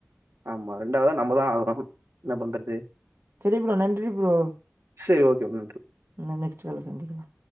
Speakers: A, on the right; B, on the right.
A: ஆமா ரெண்டாவதா நம்மதா ஆகணு என்ன பண்றது
B: சரி ப்ரோ நன்றி ப்ரோ
A: சரி ஓகே.
B: ந நெக்ஸ்ட் கால்ல சந்திக்கலா